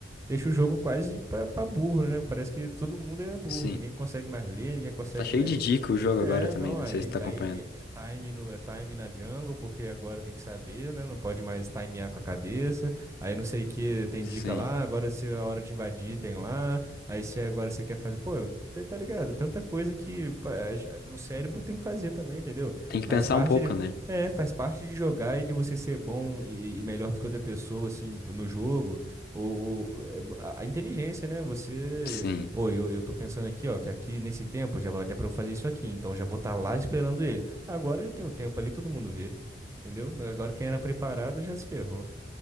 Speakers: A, on the right; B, on the left.
A: deixa o jogo quase pra, pra burro, né? Parece que todo mundo é burro,
B: sim.
A: ninguém consegue mais ler, ninguém consegue
B: Tá cheio
A: mais
B: de dica o jogo
A: É,
B: agora também,
A: não,
B: não
A: aí,
B: sei se tá acompanhando.
A: aí é time no, é time na jungle, porque agora tem que saber, né? Não pode mais timear com a cabeça. Aí não sei o que, tem
B: Sim.
A: dica lá, agora se é a hora de invadir, tem lá. Aí se agora você quer fazer. Pô, tá, tá ligado? Tanta coisa que pá, é, já- o cérebro tem que fazer também, entendeu?
B: Tem
A: Faz
B: que pensar
A: parte
B: um pouco,
A: de.
B: né?
A: É, faz parte de jogar e de você ser bom e, e melhor do que outra pessoa, assim, no jogo. Ou, ou, é, a a inteligência, né? Você.
B: Sim.
A: Pô, eu, eu tô pensando aqui, ó, que aqui nesse tempo já vai dar pra eu fazer isso aqui, então já vou estar lá esperando ele. Agora já tem o tempo ali, todo mundo vê, entendeu? Agora quem era preparado já se ferrou.